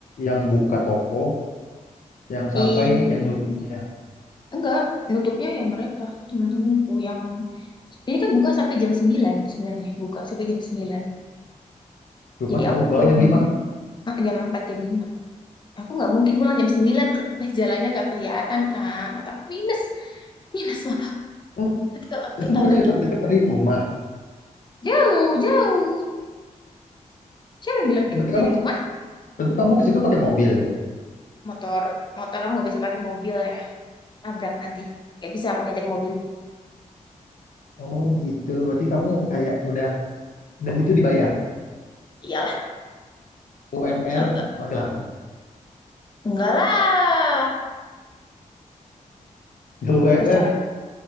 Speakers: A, on the left; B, on the left.
A: yang buka toko, yang
B: Ih.
A: sampai yang nutupnya.
B: Enggak, nutupnya ya mereka, teman-temanku yang jadi kan buka sampai jam 9 sebenarnya, buka sampai jam sembilan
A: Cuman
B: Jadi
A: kamu
B: aku
A: pulang
B: pulang
A: jam lima
B: ah, jam empat jam lima Aku nggak mungkin pulang jam 9 ke pas jalannya nggak kelihatan, Kak. Mataku minus. Minus mata.
A: Nah,
B: Nanti <laughs> kalau aku
A: itu
B: tertabrak
A: bukannya dekat-dekat
B: gitu.
A: dari rumah.
B: Jauh, jauh. Siapa yang bilang deket
A: Berarti
B: dari
A: kamu
B: rumah?
A: berarti kamu ke situ pakai mobil.
B: Motor. Motor aku nggak bisa pakai mobil ya. Nabrak nanti. Nggak bisa aku nyetir mobil.
A: Oh gitu. Berarti kamu kayak udah dan itu dibayar
B: Iyalah,
A: UMR
B: <laughs> masa enggak.
A: Magelang
B: Enggak lah.
A: Nggak UMR
B: Terserah,